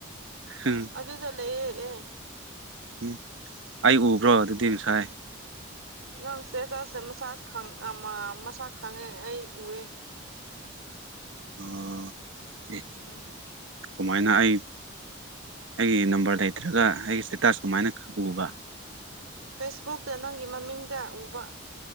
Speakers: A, on the right (about 70°); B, on the right (about 90°).
A: ꯎꯝ
B: ꯑꯗꯨ ꯀꯗꯥ ꯂꯩꯌ‌ꯦ ꯑꯦ
A: ꯎꯝ ꯑꯩ ꯎꯕ꯭ꯔꯣ ꯑꯗꯨꯗꯤ ꯉꯁꯥꯏ
B: ꯅꯪ ꯆ‌ꯦꯆꯁ‌ꯦ ꯃꯁꯥꯁ ꯈꯪ ꯑꯥ ꯃ ꯃꯁꯥ ꯈꯪꯉꯦ ꯑꯩ ꯎꯑꯦ
A: ꯑꯣ ꯑꯦ
B: ꯎꯝ
A: ꯀꯃꯥꯏꯅ ꯑꯩ ꯑꯩꯒꯤ ꯅꯝꯕꯔ ꯂꯩꯇ꯭ꯔꯒ ꯑꯩꯒꯤ ꯏꯁꯇꯦꯇꯥꯁ ꯀꯃꯥꯏꯅ ꯈ ꯎꯕ
B: ꯐꯦꯁꯕꯨꯛꯇ ꯅꯪꯒꯤ ꯃꯃꯤꯡꯗ ꯎꯕ